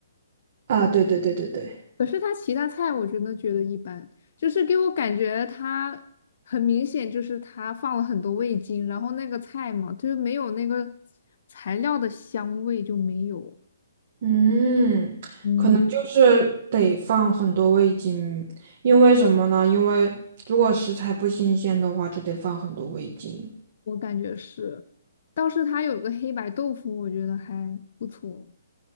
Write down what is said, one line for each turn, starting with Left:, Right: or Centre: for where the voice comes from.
Right: 啊，对对对对对，
Left: 可是他其他菜我真的觉得一般，就是给我感觉他很明显就是他放了很多味精，然后那个菜嘛，就是没有那个材料的香味就没有。
Right: 嗯，
Left: 嗯，
Right: 可能就是得放很多味精，因为什么呢？因为如果食材不新鲜的话，就得放很多味精。
Left: 我感觉是。倒是它有个黑白豆腐，我觉得还不错。